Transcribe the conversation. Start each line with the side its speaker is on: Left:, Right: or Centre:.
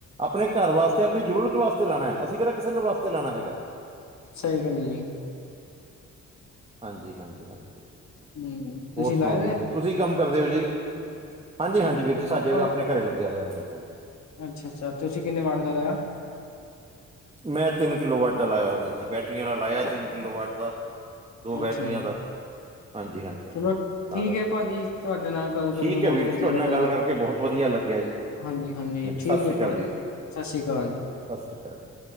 Right: ਆਪਣੇ ਘਰ ਵਾਸਤੇ ਆਪਣੀ ਜ਼ਰੂਰਤ ਵਸਤੇ ਲਾਉਣਾ ਹੈ ਅਸੀਂ ਕਿਹੜਾ ਕਿਸੇ ਦੇ ਵਾਸਤੇ ਲਾਣਾ ਹੈਗਾ
Left: ਸਹੀ ਗੱਲ ਏ ਜੀ
Right: ਹਾਂਜੀ- ਹਾਂਜੀ- ਹਾਂਜੀ,
Left: ਹੂੰ ਤੁਸੀਂ
Right: ਹੋਰ ਸੁਣਾਓ
Left: ਲਾਏ
Right: ਵੀਰ
Left: ਦੇ
Right: ਜੀ ਤੁਸੀਂ ਕੀ ਕੰਮ ਕਰਦੇ ਹੋ ਜੀ, ਹਾਂਜੀ- ਹਾਂਜੀ ਵੀਰ ਜੀ ਸਾਡੇ
Left: ਆਪਾਂ,
Right: ਆਪਣੇ ਘਰੇ ਲੱਗਿਆ ਹੋਇਆ ਮੇਰੇ ਤਾਂ ਜੀ
Left: ਅੱਛਾ- ਅੱਛਾ ਤੁਸੀਂ ਕਿੰਨੇ ਵਾਰਡ ਦਾ ਲਾਇਆ
Right: ਮੈਂ ਤਿੰਨ ਕਿੱਲੋ ਵਾਟ ਦਾ ਲਾਇਆ ਹੋਵੇ ਜੀ ਬੈਟਰੀਆਂ ਵਾਲਾ ਲਾਇਆ ਤਿੰਨ ਕਿੱਲੋ ਵਾਟ ਦਾ ਦੋ ਬੈਟਰੀਆਂ
Left: ਅੱਛਾ ਜੀ।
Right: ਦਾ, ਹਾਂਜੀ- ਹਾਂਜੀ ਹਾਂਜੀ
Left: ਚਲੋ
Right: ਤਾਂ
Left: ਠੀਕ
Right: ਕਰਕੇ
Left: ਹੈ ਭਾਜੀ ਤੁਹਾਡੇ ਨਾਲ ਗੱਲ ਕਰਕੇ
Right: ਠੀਕ
Left: ਬਹੁਤ
Right: ਹੈ ਵੀਰ
Left: ਵਧੀਆ
Right: ਜੀ ਤੁਹਾਡੇ
Left: ਲੱਗਾ
Right: ਨਾਲ ਗੱਲ
Left: ਜੀ
Right: ਕਰਕੇ ਬਹੁਤ ਵਧੀਆ ਲੱਗਿਆ ਜੀ
Left: ਹਾਂਜੀ- ਹਾਂਜੀ ਠੀਕ
Right: ਸਤਿ ਸ਼੍ਰੀ
Left: ਹੈ
Right: ਅਕਾਲ
Left: ਭਾਜੀ,
Right: ਵੀਰ ਜੀ
Left: ਸਤਿ ਸ੍ਰੀ ਅਕਾਲ ਜੀ
Right: ਸਤਿ ਸ਼੍ਰੀ ਅਕਾਲ ਜੀ